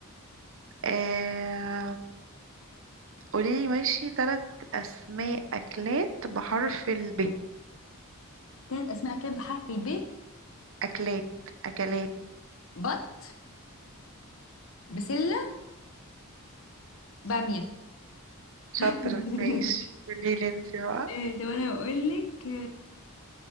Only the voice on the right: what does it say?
آه، قوليلي ماشي تلات اسماء اكلات بحرف الب
اكلات اكلات
شاطرة
ماشي قوليلي انتي بقى